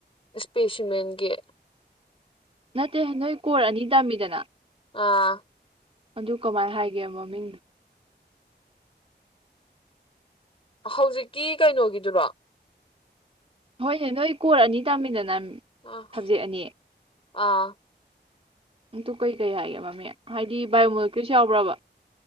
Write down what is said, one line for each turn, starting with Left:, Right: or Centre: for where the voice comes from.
Left: ꯏꯁꯄꯦꯁꯤꯃꯦꯟꯒ
Right: ꯅꯠꯇꯦ ꯅꯣꯏ ꯀꯣꯔ ꯑꯅꯤ ꯇꯝꯃꯤꯗꯅ
Left: ꯑꯥ
Right: ꯑꯗꯨ ꯀꯃꯥꯏꯅ ꯍꯥꯏꯒꯦ ꯃꯃꯤꯡꯗꯣ
Left: ꯍꯧꯖꯤꯛꯀꯤ ꯀꯩꯅꯣꯒꯤꯗꯨꯔꯣ
Right: ꯍꯣꯏꯅꯦ ꯅꯣꯏ ꯀ ꯀꯣꯔ ꯑꯅꯤ ꯇꯥꯃꯤꯟꯅꯅꯃꯤ
Left: ꯑꯥ
Right: ꯊꯕꯖꯦꯛ ꯑꯅꯤ
Left: ꯑꯥ
Right: ꯇ ꯀꯩꯀꯩ ꯍꯥꯏꯒꯦ ꯃꯃꯤ ꯍꯥꯏꯗꯤ ꯕꯥꯏꯑꯣꯃꯣꯜꯇꯔꯤꯁꯨ ꯌꯥꯎꯕ꯭ꯔꯕ